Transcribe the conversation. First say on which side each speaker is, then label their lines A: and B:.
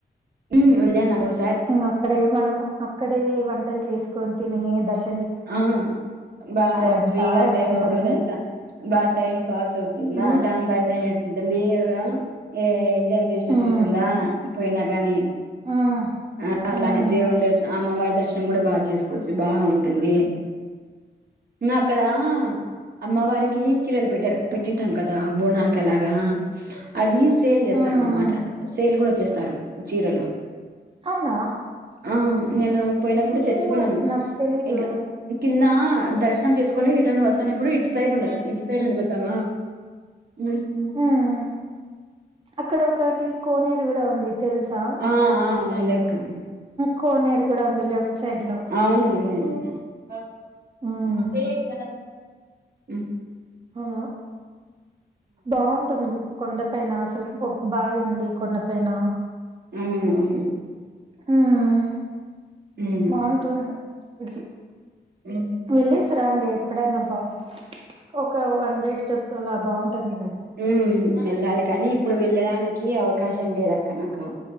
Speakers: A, on the right; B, on the right.
A: ఉ వెళ్లాను ఆరోజు
B: ఇ అక్కడ ఏమి అనము ఇక్కడే ఈ వంటలు చేసుకొని తిని దర్శ
A: ఆ బా
B: అంతా
A: ఫ్రీగా
B: ఐటమ్స్
A: టైమ్ ఒక
B: అన్ని
A: రోజు అంతా బాగా టైం పాస్ అవుతుందా
B: ఉమ్
A: టైమ్ పాస్ అయినట్టు ఉంటుంది అలాగా ఏ ఎంజాయ్ చేసినట్టు
B: ఉమ్
A: ఉంటుందా పోయి నాకు కాగానీ
B: ఉమ్
A: ఆ అట్లానే
B: ఉమ్
A: దేవుండర్చ అమ్మ వాడు దర్శనం కూడా బా చేసుకోవచ్చు బా ఉంది అక్కడ అమ్మవారికి చీరలు పె పెట్టింటాం
B: ఉమ్
A: కదా బోనాలకులాగా అవి సేల్ చేస్తారున్నమాట
B: ఉమ్
A: సేల్ కూడా చేస్తారు చీరలు
B: అవునా
A: ఆ నేను పోయినప్పుడు తెచ్చుకున్నాను
B: ఏమో నాకు తెలీదు
A: ఇట్లా కింద దర్శ ర్శనం చేసుకొని రిటర్న్ వస్తానేప్పుడు ఇట్ సైడ్నుండోస్తాం. ఇట్ సైడ్నుండి బోచ్చామా హ్ హు
B: ఉమ్ అక్కడ ఒకటి కోనేరు కూడా ఉంది తెలుసా
A: ఆ ఆ ఇందాక
B: కోనేరు కూడా ఉంది లెఫ్ట్ సైడ్ లో
A: అవునుంది ఆ
B: ఉమ్
A: <unintelligible> మ్
B: అలా బాంటుంది కొండపైన అసలు ఒ బాయ్ ఉంది కొండపైన
A: హ్ హు
B: హ్మ్
A: ఉమ్
B: బాంటుంది <unintelligible>
A: ఉమ్
B: వెళ్లేస్ రండి ఎప్పుడైనా బా ఒక వన్ డేట్ ట్రిప్ అలా బాంటుంది
A: హు వెళ్ళాలి కానీ ఇప్పుడు వెళ్లే దనికి అవకాశం లేదు అక్క నాకు